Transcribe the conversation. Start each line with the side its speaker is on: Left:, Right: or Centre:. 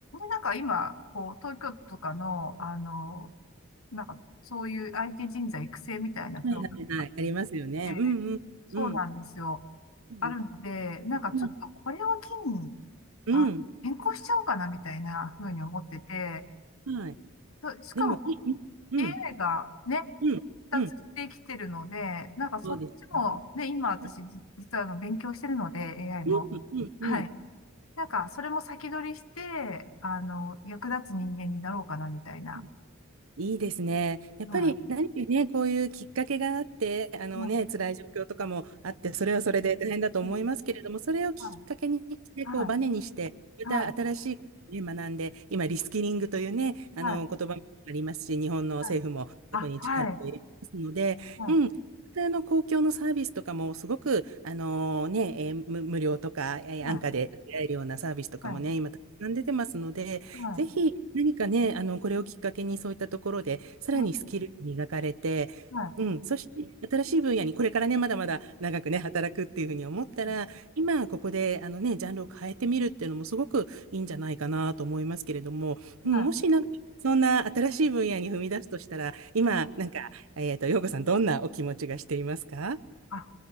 Left: なんか今、こう、東京都とかの、あの、なんか、そういう IT 人材育成みたいなプログラムが
Right: はいはいはい。ありますよね。
Left: あって、
Right: うんうんうん
Left: そうなんですよ。
Right: うん
Left: あるので、なんかちょっとこれを機に、
Right: うんうん。
Left: あ、変更しちゃおうかなみたいなふうに思ってて、
Right: はい。
Left: そうしかも
Right: でもいい、うんうん
Left: AI がね、
Right: うんうん。
Left: 達してきてるので、なんかそっちも、
Right: そうですね。
Left: ね、今私、
Right: うん
Left: じ実はあの勉強してるので、AI
Right: うんうん
Left: も。はい。なんか、それも先取りして、あの、役立つ人間になろうかな、みたいな。
Right: うん。いいですね。やっぱり何かね、
Left: は
Right: こういうきっかけがあって、あのね、
Left: い。うんは
Right: 辛い状況とかもあって、それはそれで大変だと思いますけれども、
Left: いうん
Right: それをきっかけにして、
Left: はい。
Right: こうバネにして、また新しいことをね、
Left: は
Right: 学んで、今、リスキリングというね、あの言葉もありますし、
Left: い。はい。はい。
Right: 日本の政府もそこに力を入れてますので、
Left: はいあ、はい。は
Right: うん。またあの公共のサービスとかもすごく、あのね、えー無、無料とか、えー安価で受けられるようなサービスとかもね、
Left: い。はい。はい。
Right: 今たくさん出てますので、
Left: はい。
Right: ぜひ何かね、あの、これをきっかけにそういったところで、さらにスキルが磨かれて、
Left: はい。はい。は
Right: うん、そして新しい分野にこれからね、まだまだ長くね、働くっていうふうに思ったら、
Left: い。
Right: 今ここであのね、ジャンルを変えてみるっていうのもすごくいいんじゃないかなと思いますけれども、うん、
Left: はい。
Right: もしなんか、
Left: は
Right: そんな新しい分野に踏み出すとしたら、今、
Left: い。
Right: なんか、えっと、陽子さん、どんなお気持ちがしていますか
Left: あ、